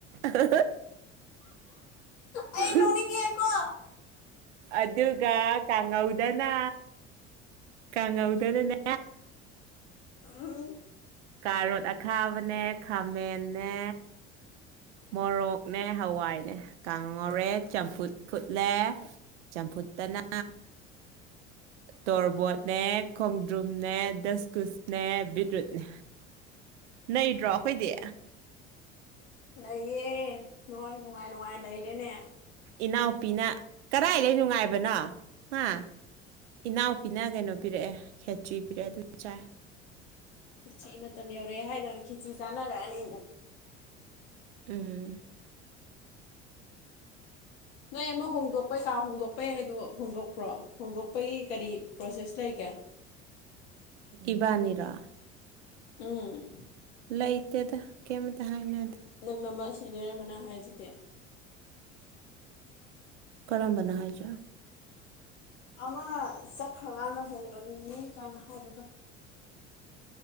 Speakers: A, on the right (about 70°); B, on the left (about 60°).
A: ꯑꯍ ꯍ
B: ꯑꯩ ꯅꯣꯛꯅꯤꯡꯉꯦꯀꯣ
A: ꯑꯗꯨ ꯒ ꯀꯥꯡꯉꯧꯗꯅꯥ ꯀꯥꯡꯉꯧꯗꯅꯅꯦ
B: ꯑꯥꯝ
A: ꯀꯥꯔꯣꯠ ꯑꯈꯥꯕꯅꯦ ꯈꯥꯃꯦꯟꯅꯦ ꯃꯣꯔꯣꯛꯅꯦ ꯍꯋꯥꯏꯅꯦ ꯀꯥꯡꯉꯧ ꯉꯧꯔꯦ ꯆꯝꯐꯨꯠ ꯐꯨꯠ ꯂꯦ ꯆꯝꯐꯨꯠꯇꯅꯥ ꯇꯣꯔꯕꯣꯠꯅꯦ ꯈꯣꯡꯗ꯭ꯔꯨꯝꯅꯦ ꯗꯁꯀꯨꯁꯅꯦ ꯕꯤꯠꯔꯨꯠꯅꯦ ꯅꯩꯗ꯭ꯔꯣ ꯑꯈꯣꯏꯗꯤ
B: ꯅꯩꯌꯦ ꯅꯣꯏ ꯅꯨꯡꯉꯥꯏ ꯅꯨꯡꯉꯥꯏ ꯂꯩꯔꯦꯅꯦ
A: ꯏꯅꯥꯎꯄꯤꯅ ꯀꯔꯥꯏꯗꯩ ꯅꯨꯡꯉꯥꯏꯕꯅꯣ ꯍꯥ ꯏꯅꯥꯎꯄꯤꯅ ꯀꯩꯅꯣ ꯄꯤꯔꯛꯑꯦ ꯈꯦꯆ꯭ꯔꯤ ꯄꯤꯔꯛꯑꯦ ꯑꯗꯨ ꯆꯥꯏ
B: ꯈꯦꯆꯤ ꯃꯇꯝ ꯌꯧꯔꯛꯑꯦ ꯍꯥꯏꯗꯅ ꯈꯦꯆꯤ ꯆꯥꯟꯅꯔꯛꯑꯅꯤꯕꯨ
A: ꯎꯝ
B: ꯅꯣꯏ ꯑꯃꯨꯛ ꯍꯣꯡꯗꯣꯛꯄꯩ ꯀꯥ ꯍꯣꯡꯗꯣꯛꯄꯩ ꯍꯥꯏꯗꯣ ꯍꯣꯡꯗꯣꯛꯄ꯭ꯔꯣ ꯍꯣꯡꯗꯣꯛꯄꯩ ꯀꯔꯤ ꯄ꯭ꯔꯣꯁꯦꯁ ꯂꯩꯒꯦ
A: ꯏꯕꯥꯅꯤꯔꯣ
B: ꯎꯝ
A: ꯂꯩꯇꯦꯗꯥ ꯀꯩꯝꯇ ꯍꯥꯏꯅꯗꯦ
B: ꯅꯧꯅ ꯃ ꯁꯦꯅꯤꯌꯥꯔ ꯑꯃꯅ ꯍꯥꯏꯖꯤ
A: ꯀꯔꯝꯕꯅ ꯍꯥꯏꯒꯦ
B: ꯑꯃ ꯆꯠꯈ꯭ꯔꯀꯥꯟꯗ ꯍꯣꯡꯒꯅꯤ ꯀꯥꯏꯅ ꯍꯥꯏꯕꯗꯣ